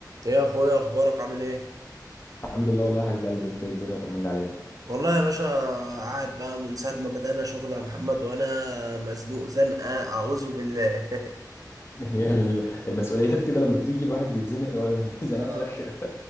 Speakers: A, on the right (about 55°); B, on the left (about 35°).
A: ايه يا اخويا اخبارك عامل ايه
B: الحمد لله والله يا حبيب قلبي انت ايه الدنيا طمنا عليك
A: والله يا باشا قاعد بقى من ساعه ما بدأنا شغل يا محمد وانا مزنوق زنقه اعوذ بالله
B: <laughs> هي ال- المسؤوليات كده لما بتيجي الواحد بيتزنق هو <laughs>
A: <laughs>
B: زنقات
A: اه
B: وحشه <laughs>